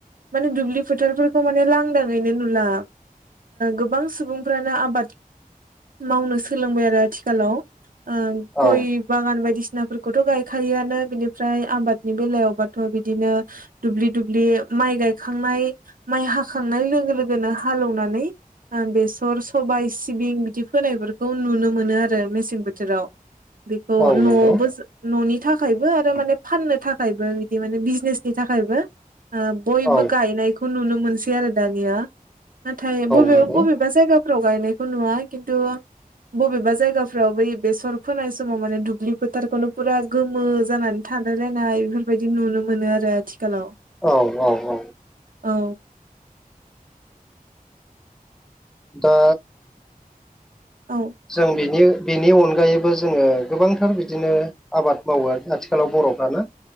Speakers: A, on the right; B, in the centre.
A: माने दुब्लि फोथारफोर खौ माने लांदाङैनो नुला गोबां ओ सुबुंफ्रानो आबाद। मावनो सोलोंबाय आरो आथिखालाव ओ
B: औ
A: गय बागान बायदिसि -नाफोरखौथ' गायखायोआनो बिनिफ्राय आबादनि बेलायावबाथ' बिदिनो दुब्लि दुब्लि माइ गायखांनाय माइ हाखांनाय लोगो लोगोनो हालौनानै। बेसर सबाय सिबिं बिदि फोनायफोरखौ नुनो मोनो आरो मेसें बोथोराव। बेखौ
B: औ
A: न'आवबो
B: नंगौ
A: न'नि थाखायबो आरो माने फाननो थाखायबो बिदि माने बिजनेसनि थाखायबो। ओ बयबो
B: औ
A: गायनायखौ नुनो मोनसै आरो दानिया। नाथाय बबेबा
B: नंगौ
A: बबेबा जायगाफोराव गायनायखौ नुवा किन्थु। बबेबा जायगाफ्राव बै बेसर फोनाय समाव माने दुब्लि फोथारखौनो फुरा गोमो जानानै था सानलायलायनाय बेफोरबायदि नुनो मोनो आरो आथिखालाव।
B: औ औ औ।
A: औ।
B: दा
A: औ
B: जों बेनि बेनि अनगायैबो जोङो गोबांथार बिदिनो आबाद मावो आथिखालाव बर'फ्रा ना